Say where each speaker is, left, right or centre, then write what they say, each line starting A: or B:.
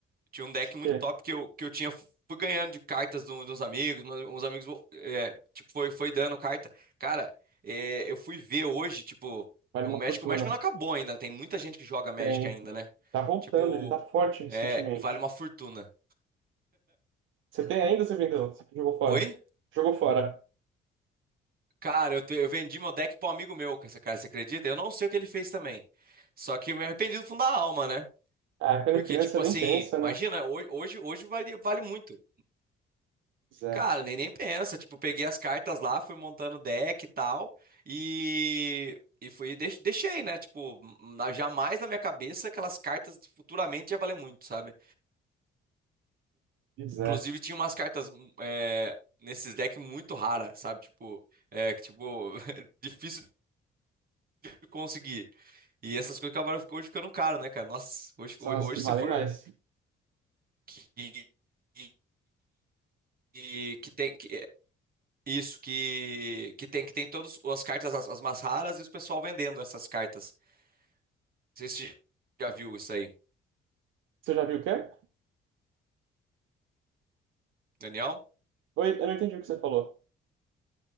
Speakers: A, on the right; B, on the right.
A: Tinha um deck
B: acho
A: muito
B: que é.
A: top que eu, que eu tinha. Fui ganhando de cartas de, um- de uns amigos, mas uns amigos, é, tipo, foi, foi dando carta. Cara, é, eu fui ver hoje, tipo,
B: Vale
A: o
B: uma
A: Magic,
B: fortuna.
A: o Magic não acabou ainda. Tem muita gente que joga Magic
B: Tem.
A: ainda, né?
B: Tá voltando,
A: Tipo,
B: ele tá forte recentemente.
A: é, vale uma fortuna.
B: Você tem ainda, ou você vendeu? Você jogou fora?
A: Oi?
B: Jogou fora.
A: Cara, eu, te- eu vendi meu deck pra um amigo meu, cara, você acredita? Eu não sei o que ele fez também. Só que eu me arrependi do fundo da alma, né?
B: Ah, quando
A: Porque,
B: é criança
A: tipo
B: nem
A: assim,
B: pensa, né?
A: imagina, hoje, hoje, hoje vale, vale muito.
B: Pois é,
A: Cara, nem, nem pensa. Tipo, peguei as cartas lá, fui montando deck e tal. E, e fui, deix- deixei, né? Tipo, na- jamais na minha cabeça aquelas cartas futuramente ia valer muito, sabe?
B: pois é.
A: Inclusive, tinha umas cartas hum, é, nesses decks muito raras, sabe? Tipo, é, que, tipo, <laughs> difícil de conseguir. E essas coisas acabaram ficando- hoje ficando caro, né, cara? Nossa, hoje,
B: São
A: hoje,
B: as
A: hoje
B: que valem
A: se for.
B: mais.
A: que- que- que- que tem que, Isso, que, que tem que tem todas as cartas, as, as mais raras, e os pessoal vendendo essas cartas. Não sei se você já viu isso aí,
B: Você já viu o quê?
A: Daniel.
B: Oi, eu não entendi o que você falou.